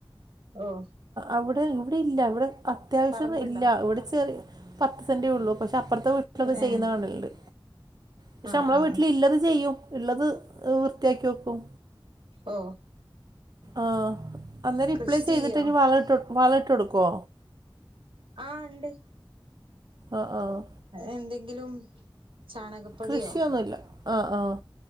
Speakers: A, on the right (about 75°); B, on the right (about 50°).
A: ഓഹ്
B: അവിടെ ഇവിടെ ഇല്ല ഇവിടെ അത്യാവശ്യം
A: പറമ്പുണ്ടോ
B: ഇല്ല ഇവിടെ ചെറി പത്ത് സെന്റേ ഉള്ളൂ പക്ഷെ അപ്പർത്തെ വീട്ടിലൊക്കെ
A: ഏ
B: ചെയ്യുന്ന കാണലുണ്ട് പക്ഷെ
A: ആ
B: നമ്മളെ
A: ആ
B: വീട്ടില് ഇല്ലത് ചെയ്യും ഇള്ളത് വൃത്തിയാക്കി വെക്കും.
A: ഓ
B: ആഹ് അന്നേരം
A: കൃഷി
B: ഇപ്ലെ ചെയ്തിട്ട്
A: ചെയ്യോ
B: ഇനി വളം ഇട്ടു വള ഇട്ടു കൊടുക്കോ?
A: ആഹ് ഇണ്ട്
B: ആഹ് ആഹ്
A: എന്തെങ്കിലും ചാണകപ്പൊടിയോ
B: കൃഷിയൊന്നുല്ല ആഹ് ആഹ്.